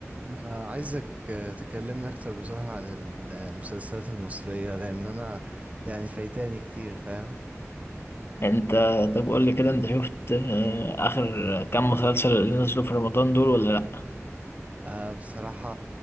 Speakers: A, on the right (about 30°); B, on the left (about 50°).
A: أنا عايزك آه، تكلمني أكتر بصراحة عن المسلسلات المصرية لأن أنا يعني فايتاني كتير فاهم
B: انت طب قول لي كده انت شفت آه، اخر كام مسلسل اللي نزلوا في رمضان دول ولا لا
A: آه، بصراحة